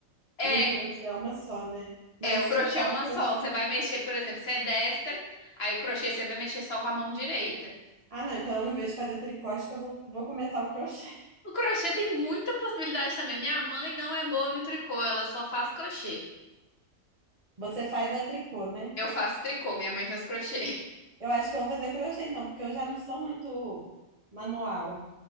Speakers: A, on the left; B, on the right.
A: É,
B: e o crochê é uma só, né? Mas
A: é, o crochê
B: então
A: é uma
B: o crochê
A: só. Você
B: não...
A: vai mexer, por exemplo, você é destra, aí o crochê você vai mexer só com a mão direita.
B: Ah, não, então em vez de fazer tricô, acho que eu vou, vou começar o crochê.
A: O crochê tem muita possibilidade também. Minha mãe não é boa no tricô, ela só faz crochê.
B: <laughs> Você faz a tricô, né?
A: Eu faço tricô, minha mãe faz crochê.
B: Eu acho que eu vou fazer crochê então, porque eu já não sou muito manual.